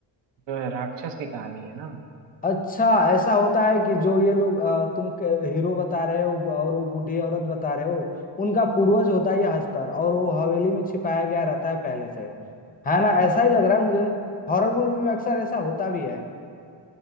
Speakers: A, on the right; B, on the left.
A: जो है राक्षस की कहानी है ना
B: अच्छा ऐसा होता है कि जो ये लोग अ, तुम क- हीरो बता रहे हो और वो बूढ़ी औरत बता रहे हो उनका पूर्वज होता है ये हस्तर और वो हवेली में छिपाया गया रहता है पहले से है ना ऐसा ही लग रहा है मुझे हॉरर मूवी में अक्सर ऐसा होता भी है